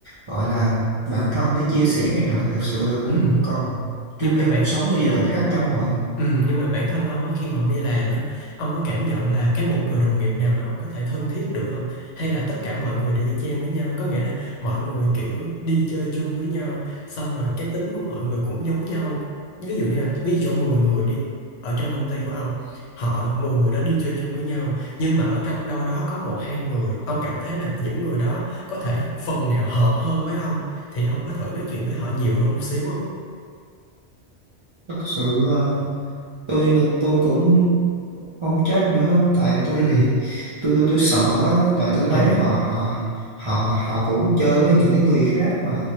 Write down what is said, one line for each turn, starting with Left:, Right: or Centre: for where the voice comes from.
Right: gọi là bạn thân để chia sẻ này nọ thực sự là cũng
Left: ừ
Right: không còn chung
Left: nhưng mà
Right: vô
Left: bạn
Right: cuộc sống bây giờ khác nhau rồi
Left: Ừ, nhưng mà bản thân ông á khi mà ông đi làm á ông có cảm nhận là cái một người đồng nghiệp nào mà ông có thể thân thiết được không hay là tất cả mọi người đều y chang với nhau có nghĩa là mọi người kiểu đi chơi chung với nhau xong rồi cái tính của mọi người cũng giống nhau ví dụ như là ví dụ trong 10 người đi ở trong công ty của ông họ 10 người đó đi chơi chung với nhau nhưng mà ở trong đâu đó có một hai người ông cảm thấy là những người đó có thể phần nào hợp hơn với ông thì ông có thử nói chuyện với họ nhiều hơn một xíu không
Right: thật sự là tôi tôi cũng không chắc nữa tại tôi
Left: ừ
Right: bị tôi tôi tôi sợ á, tại tôi
Left: ờ
Right: thấy họ họ họ họ cũng chơi với những cái người khác mà